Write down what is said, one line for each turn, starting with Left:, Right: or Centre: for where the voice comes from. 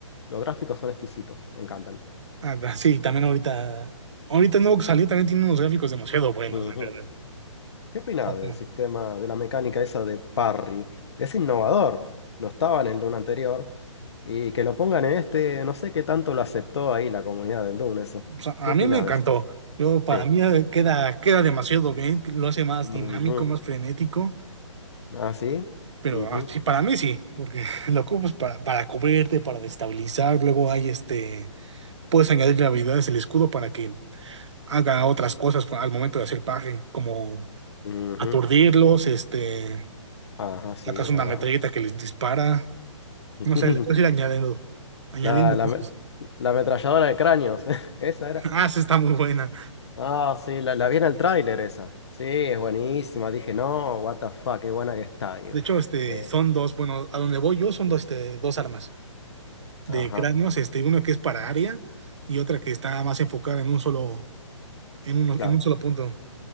Left: los gráficos son exquisitos, me encantan.
Right: Ah, da- sí, también ahorita, ahorita nuevo que salió también tiene unos gráficos demasiado buenos,
Left: Ujú.
Right: la verdad.
Left: ¿Qué opinas
Right: O sea,
Left: del
Right: como-
Left: sistema, de la mecánica esa de parry? Es innovador, no estaba en el Dune anterior. Y que lo pongan en este, no sé qué tanto lo aceptó ahí la comunidad del Dune, eso.
Right: o sea, a
Left: ¿Qué opinas
Right: mí me encantó. Yo, para
Left: Sí.
Right: mí eh, queda, queda demasiado bien, lo hace más
Left: Ujú.
Right: dinámico, más frenético,
Left: Ah, sí.
Right: pero
Left: Ujú.
Right: ah, sí, para mí sí, porque <laughs> lo ocupas para, para cubrirte, para destabilizar, luego hay este, puedes añadirle habilidades el escudo para que haga otras cosas cu- al momento de hacer paje, como
Left: Ujú.
Right: aturdirlos, este,
Left: Ajá, sí,
Right: sacas
Left: verdad.
Right: una metralleta que les dispara,
Left: <laughs>
Right: no sé, le puedes ir añadiendo, añadiendo
Left: La, la,
Right: cosas.
Left: me- la ametralladora de cráneos. <laughs> Esa era.
Right: Ah, esa está muy buena.
Left: Ah, sí, la, la vi en el tráiler esa. Sí, es buenísima. Dije, no, what the fuck, qué buena que está, digo.
Right: De hecho, este,
Left: Eh,
Right: son dos, bueno, a donde voy yo son dos, este, dos armas de
Left: ajá,
Right: cráneos, este, uno que es para área y otra que está más enfocada en un solo, en un,
Left: claro.
Right: en un solo punto.